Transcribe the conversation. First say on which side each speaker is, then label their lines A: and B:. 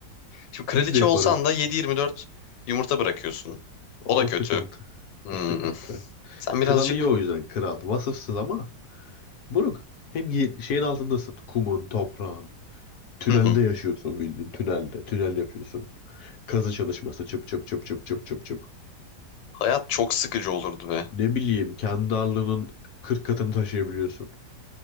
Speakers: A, on the left; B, on the left.
A: Şimdi kraliçe
B: Biz de yaparız.
A: olsan da yedi yirmi dört yumurta bırakıyorsun.
B: O,
A: O da
B: o
A: kötü.
B: sıkıntı.
A: Hmm.
B: O sıkıntı.
A: Sen birazcık
B: Kral iyi o yüzden kral. Vasıfsız ama buruk. Hem ye- şeyin altındasın. Kumun, toprağın. Tünelde
A: Hı hı.
B: yaşıyorsun bildiğin. Tünelde. Tünel yapıyorsun. Kazı çalışması çıp çıp çıp çıp çıp çıp çıp.
A: Hayat çok sıkıcı olurdu be.
B: Ne bileyim kendi ağırlığının 40 katını taşıyabiliyorsun.